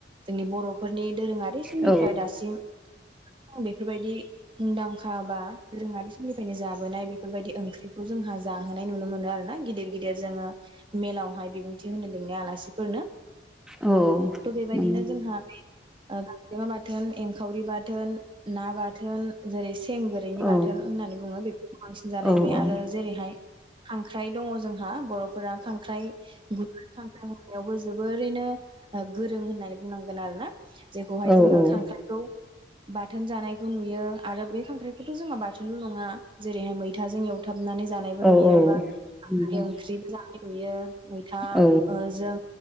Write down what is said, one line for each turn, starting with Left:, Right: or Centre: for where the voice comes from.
Right: जोंनि बर'फोरनि दोरोङारि समनिफ्राय
Centre: औ
Right: दासिम औ बेखौ बेफोरबायदि मुंदांखा बा दोरोङारि समनिफ्रायनो जाबोनाय बेफोर बेफोरबायदि ओंख्रिखौ जोंहा जाहोनाय नुनो मोनो आरो ना गिदिर-गिदिर जोङो मेलावहाय बिबुंथि होनो लिंनाय आलासिफोरनो
Centre: औ
Right: थ' बेबायदिनो
Centre: नंगौ
Right: जोंहा बे ओ गांजेमा बाथोन, एंखावरि बाथोन, ना बाथोन, जेरै सि सें गोरैनि
Centre: औ
Right: बाथोन होननानै बुङो बेफो बांसिन जानाय
Centre: औ
Right: नुयो
Centre: औ
Right: आरो जेरैहाय। खांख्राय। दङ जोंहा बर'फोरा खांख्राइ ग खांख्राइ हमनायावबो जोबोरैनो। ओ गोरों होननानै। बुंनांगोन आरोना जेखौहाय
Centre: औ
Right: जोङो
Centre: औ
Right: खांख्राइखौ। बाथोन जानायखौ नुयो आरो बे खांख्राइखौथ' जोंहा बाथोनल' नङा। जेरैहाय मैथाजों एवथाब। <unintelligible> नानै जानायबो
Centre: औ
Right: नुयो
Centre: औ
Right: बा <unintelligible>
Centre: नंगौ
Right: ओंख्रि <inaudible> गुयो। मैथा
Centre: औ
Right: ओ जों।